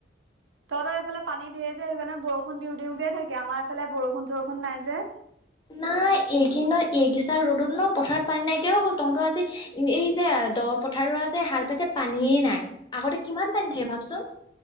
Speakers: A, on the right; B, on the left.
A: তহঁতৰ হেইফালে পানী দিয়ে যে সেইকাৰণে বৰষুণ দিওঁ দিওঁকে থাকে আমাৰ এইফালে বৰষুণ চৰষুণ নাই যে।
B: নাই এইকেইনত এগিছা ৰ'দত ন পথাৰত পানী নাইকিয় হৈ গ'ল তহঁতৰ আজি, এই যে দ পথাৰ ৰুৱা যে হাল পাইছে পানীয়েই নাই। আগতে কিমান পানী থাকে ভাবচোন।